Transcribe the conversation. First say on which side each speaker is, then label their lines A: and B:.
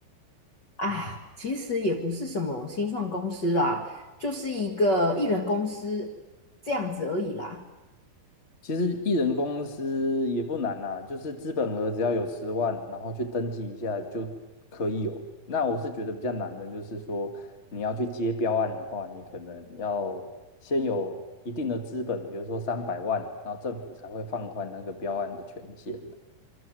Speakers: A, on the left (about 45°); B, on the left (about 25°).
A: 啊，其实也不是什么新创公司啦，就是一个艺人公司这样子而已啦。
B: 其实艺人公司也不难啦，就是资本额只要有十万，然后去登记一下就可以有。那我是觉得比较难的，就是说你要去接标案的话，你可能要先有一定的资本，比如说三百万，然后政府才会放宽那个标案的权限。